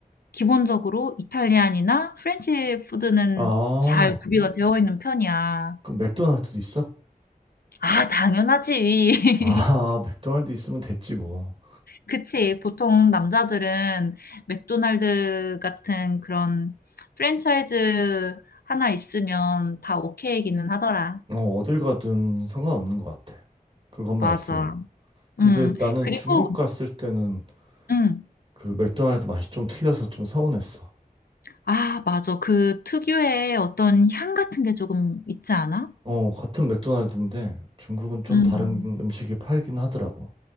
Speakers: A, on the left (about 80°); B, on the right (about 35°).
A: 기본적으로 이탈리안이나 프렌치 푸드는
B: 아,
A: 잘 구비가 되어 있는 편이야.
B: 그럼 맥도날드도 있어?
A: 아, 당연하지. <laughs>
B: 아, <laughs> 맥도날드 있으면 됐지 뭐.
A: 그치. 보통 남자들은 맥도날드 같은 그런 프랜차이즈 하나 있으면 다 오케이기는 하더라.
B: 어, 어딜 가든 상관없는 것 같아. 그것만
A: 맞아.
B: 있으면. 근데
A: 음. 음.
B: 나는
A: 그리고,
B: 중국 갔을 때는
A: 음.
B: 그 맥도날드 맛이 좀 틀려서 좀 서운했어.
A: 아, 맞아. 그 특유의 어떤 향 같은 게 조금 있지 않아?
B: 어, 같은 맥도날드인데 중국은 좀
A: 음.
B: 다른 음식이 팔긴 하더라고.